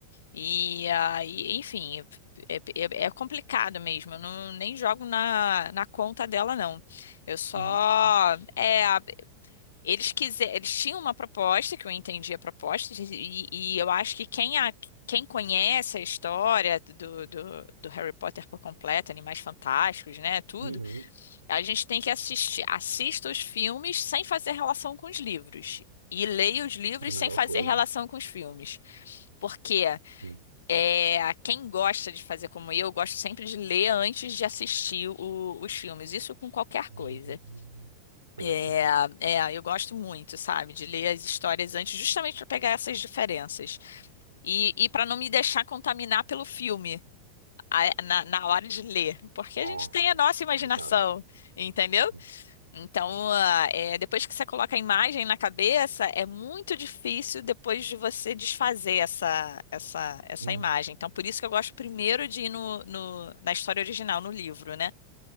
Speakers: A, on the left; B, on the right.
A: E aí, enfim, é, é- é complicado mesmo. Eu não, nem jogo na, na conta dela, não. Eu só.
B: Sim.
A: É, eles quiser, eles tinham uma proposta, que eu entendi a proposta, e, e eu acho que quem, a, quem conhece a história do, do, do Harry Potter por completo, Animais Fantásticos, né, tudo,
B: Uhum.
A: a gente tem que assistir, assista os filmes sem fazer relação com os livros. E leia os livros
B: É a melhor
A: sem fazer
B: coisa.
A: relação com os filmes. Por quê?
B: Hum.
A: É, quem gosta de fazer como eu, eu gosto sempre de ler antes de assistir o- os filmes. Isso com qualquer
B: Hum.
A: coisa.
B: Interessante.
A: É, é, eu gosto muito, sabe, de ler as histórias antes, justamente para pegar essas diferenças e, e para não me deixar contaminar pelo filme a- na, na hora de ler, porque
B: Nossa,
A: a gente tem a
B: é
A: nossa imaginação,
B: complicado.
A: entendeu?
B: Sim.
A: Então, ah, é, depois que você coloca a imagem na cabeça, é muito difícil depois de você desfazer essa, essa, essa
B: Hum.
A: imagem. Então, por isso que eu gosto primeiro de ir no, no- na história original, no livro, né?